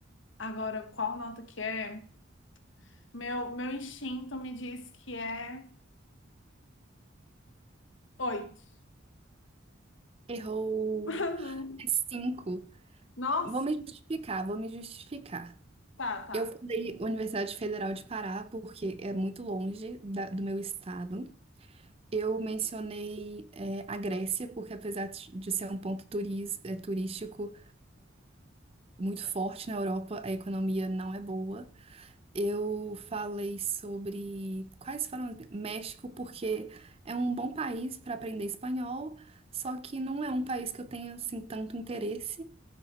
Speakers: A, on the left; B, on the right.
A: Agora, qual nota que é? Meu, meu instinto me diz que é oito.
B: Errou.
A: <laughs>
B: É cinco.
A: Nossa,
B: Vou me justificar, vou me justificar.
A: Tá, tá.
B: Eu falei Universidade Federal de Pará porque é muito longe da- do meu estado. Eu mencionei é, a Grécia porque apesar de de ser um ponto turis- é, turístico muito forte na Europa, a economia não é boa. Eu falei sobre quais foram México, porque é um bom país para aprender espanhol, só que não é um país que eu tenha assim tanto interesse.